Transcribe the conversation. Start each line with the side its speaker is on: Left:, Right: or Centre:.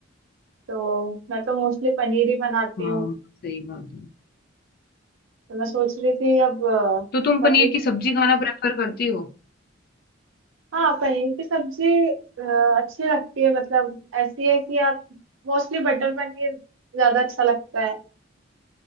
Right: तो मैं तो मोस्टली पनीर ही बनाती
Left: हाँ
Right: हूँ
Left: सही बात है
Right: तो मैं सोच रही थी अब अ,
Left: तो तुम
Right: पनीर
Left: पनीर की सब्जी खाना प्रेफर करती हो
Right: हाँ पनीर की सब्जी अ, अच्छी लगती है मतलब ऐसी है कि आप मोस्टली बटर पनीर ज्यादा अच्छा लगता है